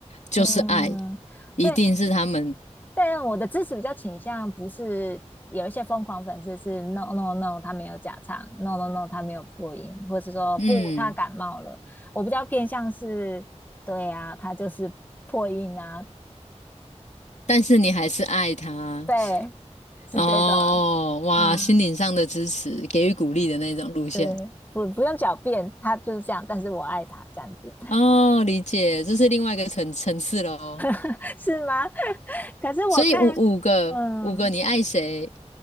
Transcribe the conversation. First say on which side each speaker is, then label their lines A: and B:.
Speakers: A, on the left; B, on the left.
A: 就是爱，
B: 嗯，
A: 一定是他们，
B: 对，但我的支持比较倾向不是有一些疯狂粉丝是 no no no 他没有假唱，no no no 他没有破音，或是说不他感冒了，
A: 嗯。
B: 我比较偏向是，对啊，他就是破音啊，
A: 但是你还是爱他
B: 对，是这种
A: 哦，哇，
B: 啊，
A: 心灵上的支持，
B: 嗯
A: 给予鼓励的那种路线
B: 对，不不用狡辩，他就是这样，但是我爱他这样子，
A: 哦，理解，这是另外一个层层次了哦。
B: <laughs> 是吗？<laughs> 可是我看，
A: 所以五五个五个，
B: 嗯，
A: 你爱谁？